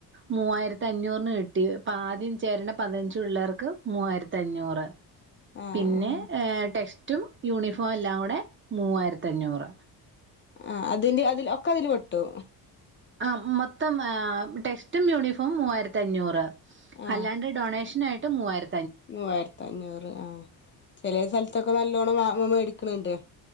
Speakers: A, on the right; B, on the left.
A: മൂവായിരത്തി അഞ്ഞൂറിന് കിട്ടി ആദ്യം ചേരണ പതിനഞ്ച് പിള്ളേർക്ക് മൂവായിരത്തി അഞ്ഞൂറ്
B: ആഹ്
A: പിന്നെ
B: ആഹ്
A: ടെസ് മറ്റും യൂണിഫോം എല്ലാം കൂടെ മൂവായിരത്തി അഞ്ഞൂറ്
B: ആ അതിന്റെ അതിൽ ഒക്കെ അതില് പെട്ടു
A: ആ മൊത്തം ആ ടെസ്റ്റും യൂണിഫോം മൂവായിരത്തി അഞ്ഞൂറ്
B: ആഹ്
A: അല്ലാണ്ട് ഡൊണേഷ് നായിട്ട് മൂവായിര
B: മൂവായിരത്തി അഞ്ഞൂറ് ആ ചെലേ സ്ഥലത്ത് ഇതൊക്കെ നല്ലോണം മേടിക്ക്ണ്ല്ലേ